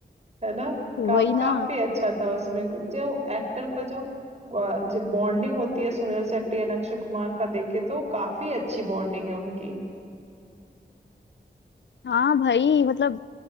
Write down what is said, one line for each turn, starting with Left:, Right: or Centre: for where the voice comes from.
Right: है ना? का,
Left: वही ना
Right: काफ़ी अच्छा था उसमें क जो एक्टर का जो अ, जो बॉन्डिंग होती है सुनील शेट्टी एंड अक्षय कुमार का देखे तो काफ़ी अच्छी बॉन्डिंग है उनकी।
Left: हाँ भाई मतलब